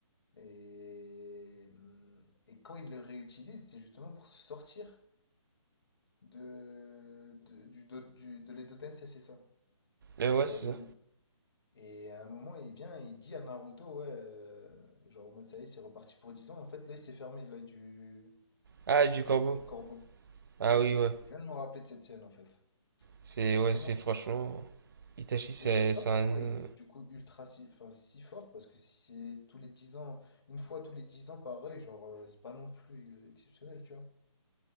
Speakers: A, on the left; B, on the right.
A: Et, et quand il le réutilise, c'est justement pour se sortir de, de, du, do- du- de l'Edo-Tensei, c'est ça.
B: Euh, ouais,
A: Genre,
B: c'est
A: il-
B: ça.
A: et à un moment, il vient et il dit à Naruto, ouais, euh, genre en mode ça y est, c'est reparti pour 10 ans. En fait, l'œil s'est fermé, l'œil du,
B: Ah, du
A: du,
B: corbeau.
A: du corbeau.
B: Ah oui, ouais.
A: Je viens de me rappeler de cette scène en fait.
B: C'est,
A: Et justement,
B: ouais, c'est
A: c'est-
B: franchement. Itachi, c'est
A: mais je sais pas
B: c'est
A: pourquoi
B: un.
A: il est du coup ultra si, enfin, si fort parce que si c'est tous les 10 ans, une fois tous les 10 ans pareil, genre euh, c'est pas non plus euh, exceptionnel, tu vois.